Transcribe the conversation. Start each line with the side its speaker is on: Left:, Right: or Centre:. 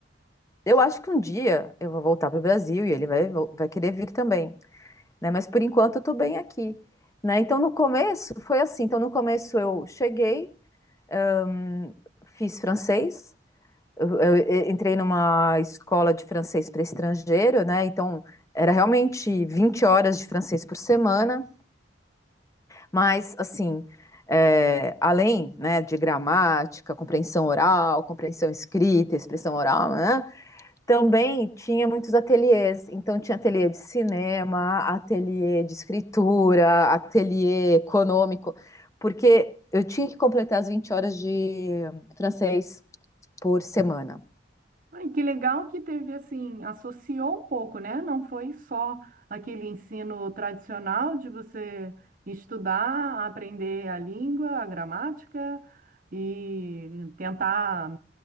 Left: Eu acho que um dia eu vou voltar para o Brasil e ele vai, vo- vai querer vir também, né? Mas por enquanto eu tô bem aqui, né? Então no começo foi assim. Então no começo eu cheguei, hum, fiz francês, eu, eu e- entrei numa escola de francês para estrangeiro, né? Então era realmente 20 horas de francês por semana, mas assim, é, além, né, de gramática, compreensão oral, compreensão escrita, expressão oral, né? Também tinha muitos ateliês, então tinha ateliê de cinema, ateliê de escritura, ateliê econômico, porque eu tinha que completar as 20 horas de francês por semana.
Right: Ai, que legal que teve assim, associou um pouco, né? Não foi só aquele ensino tradicional de você estudar, aprender a língua, a gramática e tentar